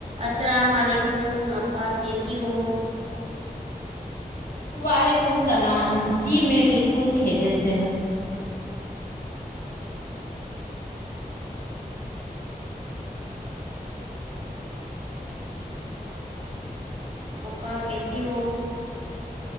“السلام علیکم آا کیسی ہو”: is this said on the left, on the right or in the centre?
Right